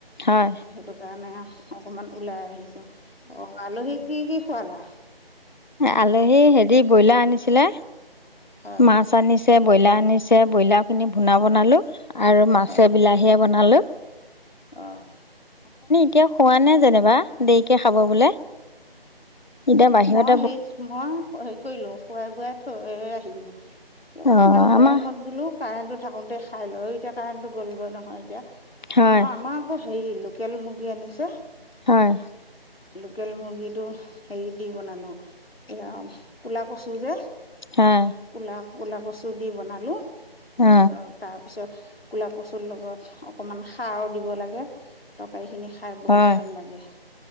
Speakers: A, on the left; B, on the left.
A: হয়
B: সেইটো কাৰণে। অকমান ওলাই আহিছো। অ 'আলহী কি কি। খোৱালা।
A: আলহী হেৰি ব্ৰইলাৰ আনিছিলে।
B: হয়
A: মাছ আনিছে। ব্ৰইলাৰ আনিছে ব্ৰইলাৰ খিনি ভুনা বনালো। আৰু মাছে
B: হয়
A: বিলাহীয়ে বনালো।
B: অ'
A: এতিয়াও খোৱা নে যেনিবা। দেৰিকৈ খাব বোলে এতিয়া বাহিৰত।
B: হ মই হেৰি কৰিলো খুৱাই বুৱাই থৈ আহি।
A: অ'
B: থ'লো এ ইমান গৰমত
A: আমাৰ
B: বোলো কাৰেণ্টটো থাকোতে। খাই লয় এতিয়া কাৰেণ্টটো গ'লগৈ নহয় এতিয়া।
A: হয়
B: মই আমাৰ আকৌ হেৰি লোকে। লোকেল মুৰ্গী আনিছে।
A: হয়।
B: লোকেল মুৰ্গীটো হেৰি দি বনালো এয়া কোলা কছো যে
A: হয়
B: ক'লা ক'লা কচু দি বনালো।
A: অ
B: হ'ল আও, তাৰ পিছত ক'লা কচুৰ লগত অকমান সাৰ দিব লাগে, তৰকাৰি খিনি খাই বহুত
A: হয়
B: ভাল লাগে।